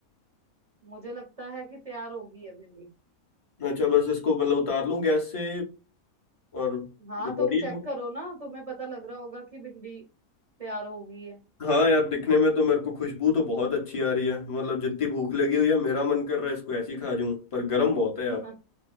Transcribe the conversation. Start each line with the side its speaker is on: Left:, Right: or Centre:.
Right: मुझे लगता है कि तैयार होगी है भिंडी
Left: अच्छा बस इसको मतलब उतार लूँ गैस से और
Right: हाँ
Left: रेडी
Right: तुम चेक
Left: हूँ
Right: करो ना तुम्हें पता लग रहा होगा कि भिंडी तैयार हो गई है
Left: हाँ यार दिखने में तो मेरे को खुशबू तो बहुत अच्छी आ रही है मतलब जितनी भूख लगी हुई है मेरा मन कर रहा है इसको ऐसे ही खा जाऊं पर गर्म बहुत है यार
Right: <laughs>